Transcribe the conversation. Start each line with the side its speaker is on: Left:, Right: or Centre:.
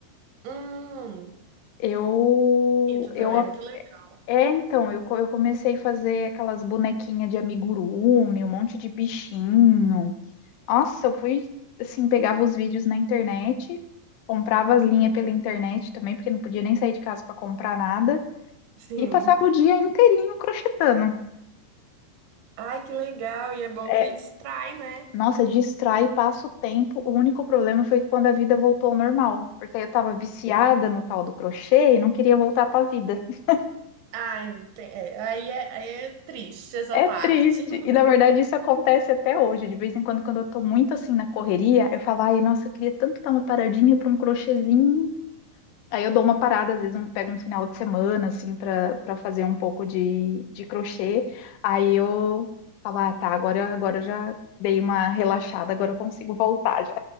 Right: Hum,
Left: Eu,
Right: bonito
Left: eu,
Right: também, é muito legal.
Left: é, então, eu, co- eu comecei a fazer aquelas bonequinhas de amigurumi, um monte de bichinho. Nossa, eu fui assim, pegava os vídeos na internet, comprava as linhas pela internet também, porque não podia nem sair de casa para comprar nada,
Right: Sim.
Left: e passava o dia inteirinho crochetando.
Right: Ai, que legal. E é bom
Left: É,
Right: que distrai, né?
Left: nossa, distrai, passa o tempo. O único problema foi quando a vida voltou ao normal, porque aí eu tava viciada no tal do crochê e não queria voltar para a vida. <laughs>
Right: Ai, tem- é, aí, é, aí é triste essa
Left: É
Right: parte.
Left: triste.
Right: <laughs>
Left: E na verdade isso acontece até hoje, de vez em quando quando eu tô muito assim na correria, eu falo, ai, nossa, eu queria tanto dar uma paradinha para um crochêzinho. Aí eu dou uma parada, às vezes eu pego um final de semana, assim, pra, pra fazer um pouco de, de crochê. Aí eu falo, ah, tá, agora, agora eu já dei uma relaxada, agora eu consigo voltar já.